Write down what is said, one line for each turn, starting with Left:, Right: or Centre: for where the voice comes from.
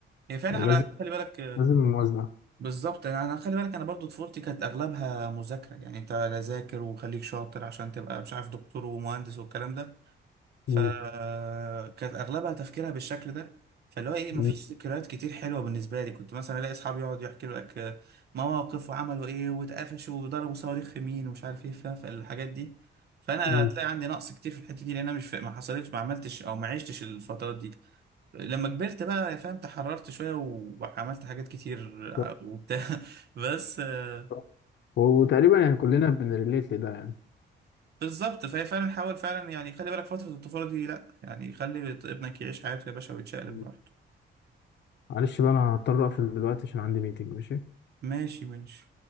Right: هي فعلا
Left: لازم
Right: على خلي بالك آه،
Left: لازم موازنة
Right: بالظبط يعني أنا خلي بالك أنا برضو طفولتي كانت أغلبها مذاكرة يعني أنت لا ذاكر وخليك شاطر عشان تبقى مش عارف دكتور ومهندس والكلام ده فكانت
Left: مم.
Right: اغلبها تفكيرها بالشكل ده فاللي هو ايه
Left: مم.
Right: مفيش ذكريات كتير حلوه بالنسبه لي كنت مثلا الاقي اصحابي يقعدوا يحكوا لك مواقف وعملوا ايه واتقفشوا وضربوا صواريخ في مين ومش عارف ايه فاهم فالحاجات دي فانا
Left: مم.
Right: هتلاقي عندي نقص كتير في الحته دي لان انا مش فا- ما حصلتش ما عملتش او ما عشتش الفترات دي لما كبرت بقى فاهم تحررت شويه وعملت حاجات كتير
Left: صح
Right: وبتاع <laughs> بس آه،
Left: صح وتقريبا يعني كلنا بنريليت لده يعني
Right: بالظبط فهي فعلا حاول فعلا يعني خلي بالك فترة الطفولة دي لا يعني خلي ابنك يعيش حياته يا باشا ويتشقلب
Left: مم.
Right: براحته
Left: معلش بقى أنا هضطر أقفل دلوقتي عشان عندي ميتنج ماشي
Right: ماشي ماشي